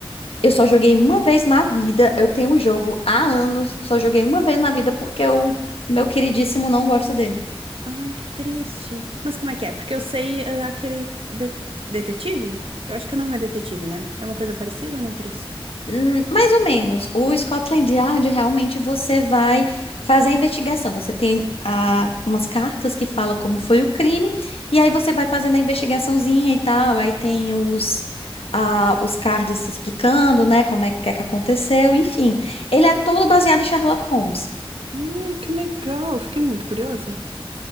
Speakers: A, on the left; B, on the right.
A: Eu só joguei uma vez na vida. Eu tenho o jogo há anos, só joguei uma vez na vida porque o meu queridíssimo não gosta dele.
B: Ai, que triste. Mas como é que é? Porque eu sei ah, aquele det- detetive? Eu acho que o nome é detetive, né? É uma coisa parecida ou nem por isso?
A: Hum, Mais ou menos. O Scotland Yard realmente você vai fazer a investigação. Você tem ah, umas cartas que fala como foi o crime, e aí você vai fazendo a investigaçãozinha e tal. Aí tem os, ah, os cards se explicando, né? Como é que, o que é que aconteceu, enfim. Ele é todo baseado em Sherlock Holmes.
B: Hum, que legal. Fiquei muito curiosa.